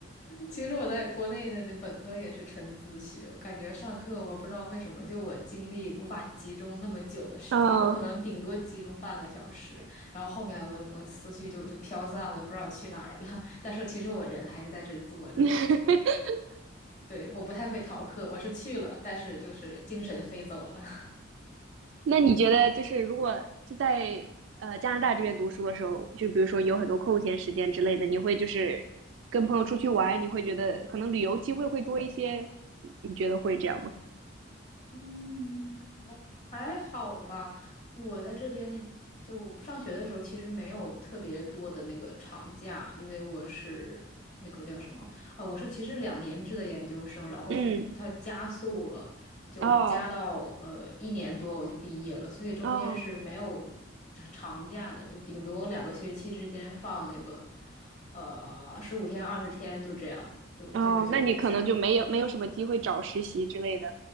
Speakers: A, on the left; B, on the right.
A: 其实我在国内的那本科也是纯自学，我感觉上课我不知道为什么，就我精力无法集中那么久的时间，
B: 啊、
A: 我可能顶多集中半个小时，然后后面我我思绪就就飘散了，不知道去哪儿了。<laughs> 但是其实我人还是在这儿坐着，
B: <laughs>
A: 对，我不太会逃课，我是去了，但是就是精神飞走了。
B: 那你觉得，就是如果就在呃加拿大这边读书的时候，就比如说有很多空闲时间之类的，你会就是跟朋友出去玩，你会觉得可能旅游机会会多一些，你觉得会这样吗？
A: <laughs> 嗯。还好吧，我在这边就上学的时候，其实没有特别多的那个长假，因为我是那个叫什么啊、我是其实两年制的研究生，然后是它加速了，
B: 嗯，
A: 就加到呃一年多我就毕业了，
B: 哦
A: 所以中间是没有长长假的，
B: 哦
A: 就顶多两个学期之间放那个呃十五天二十天就这样，就这么久的假。
B: 哦，那你可能就没有没有什么机会找实习之类的。